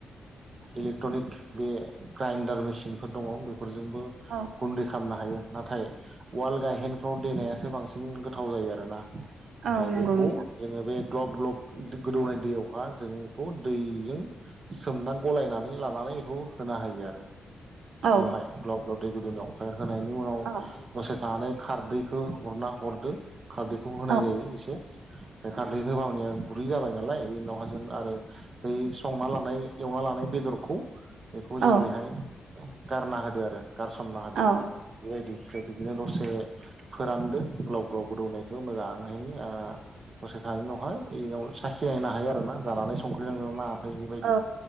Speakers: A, on the right; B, on the right.
A: इलेक्ट्रनिक बे ग्राइन्डार मेसिन मिसिनफोर दङ बेफोरजोंबो
B: औ
A: गुन्दै खालामनो हायो नाथाय- वाल गायहेनफ्राव देनायासो बांसिन गोथाव जायो आरो ना
B: औ
A: ओ
B: नंगौ
A: बेखौ
B: नोंथां
A: जोङो बे- ग्लब ग्लब गोदौनाय दैयावहा जों बेखौ दैजों सोमना गलायनानै लानानै बेखौ होना होयो आरो
B: औ
A: बेवहाय ग्लाब ग्लाब दै गुदङाव ओ होनायनि उनाव-
B: औ
A: जानाय खारदैखौ हरना हरदो खारदैखौ होनाय
B: औ
A: जायो एसे- बे खारदै गोबाबनिआ गुरै जाबाय नालाय बे उनावहाजों आरो दै संना लानाय एवना लानाय बे- बेदरखौ- बेखौ
B: औ
A: जों बेहाय गारना होदो आरो गारसनना होदो
B: औ
A: बेबायदि ओमफ्राय बिदिनो दसे फोरानदो ग्लाव ग्लाव गोदौनायखौ मोजाङैनो ओ- दसे थानाय उनावहाय बेनि सााखिनायहो हायो आरोना जानानै संख्रि नांगोन ना ओमफ्राय बेबायदि
B: औ